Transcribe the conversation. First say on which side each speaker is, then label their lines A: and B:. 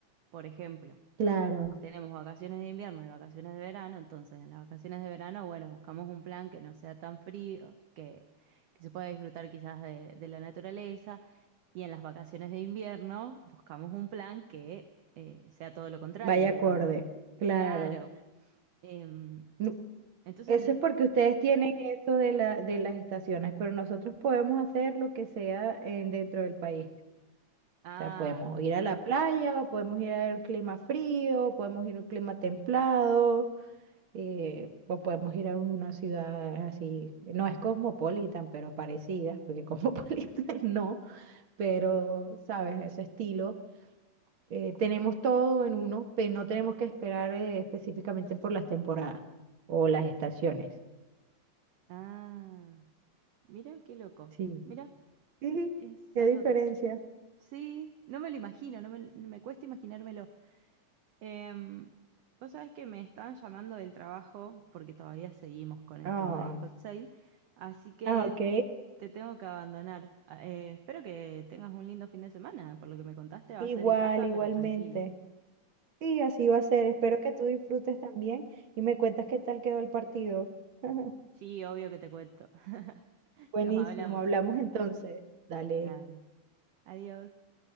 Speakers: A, on the right; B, on the right.
A: Por ejemplo,
B: Claro,
A: Tenemos vacaciones de invierno y vacaciones de verano, entonces en las vacaciones de verano, bueno, buscamos un plan que no sea tan frío, que, que se pueda disfrutar quizás de, de la naturaleza, y en las vacaciones de invierno buscamos un plan que eh, sea todo lo contrario,
B: vaya
A: digamos.
B: acorde, claro.
A: Claro. em,
B: No-
A: entonces,
B: Eso es porque ustedes tienen eso de la, de las estaciones, pero nosotros podemos hacer lo que sea en, dentro del país.
A: ah,
B: O sea, podemos ir a la playa, o podemos ir a un clima frío, o podemos ir a un clima templado. eh, o podemos ir a una ciudad así, no es cosmopolitan, pero parecida, porque <laughs> cosmopolitan no, pero sabes, ese estilo. Eh, tenemos todo en uno, pero no tenemos que esperar eh, específicamente por las temporadas o las estaciones.
A: ah, mira qué loco,
B: Sí.
A: mira,
B: Sí,
A: es
B: qué
A: algo...
B: diferencia.
A: to- Sí, no me lo imagino, no me, me cuesta imaginármelo. Em, vos sabés que me estaban llamando del trabajo porque todavía seguimos con el
B: Ah,
A: tema del hot sale, así que
B: ah, ok.
A: te tengo que abandonar. Ah, eh, espero que tengas un lindo fin de semana. Por lo que me contaste, va
B: Igual,
A: a ser en casa,
B: igualmente.
A: pero tranquilo.
B: Sí, así va a ser. Espero que tú disfrutes también y me cuentas qué tal quedó el partido. <laughs>
A: Sí, obvio que te cuento. <laughs>
B: Buenísimo,
A: Nos hablamos.
B: hablamos entonces. Dale,
A: Dale. Adiós.